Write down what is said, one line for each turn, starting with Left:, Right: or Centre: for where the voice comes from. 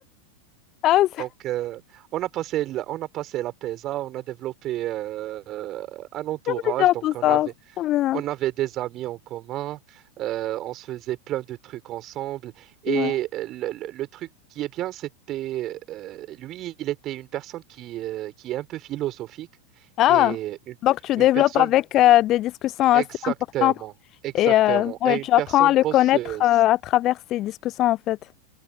Left: ah, c'est
Right: Donc, euh, on a passé, la- on a passé la PESA, on a développé euh, euh, un entourage.
Left: mignon
Right: Donc,
Left: tout
Right: on
Left: ça.
Right: avait,
Left: C'est trop bien
Right: on avait des amis en commun, euh, on se faisait plein de trucs ensemble. Et
Left: Ouais.
Right: euh, le, le- le truc qui est bien, c'était, euh, lui, il était une personne qui, euh, qui est un peu philosophique
Left: Ah,
Right: et une,
Left: donc tu
Right: une
Left: développes
Right: personne
Left: avec euh, des discussions assez
Right: exactement,
Left: importantes
Right: exactement,
Left: et euh, ouais,
Right: et une
Left: tu
Right: personne
Left: apprends à le
Right: bosseuse.
Left: connaître euh, à travers ces discussions en fait.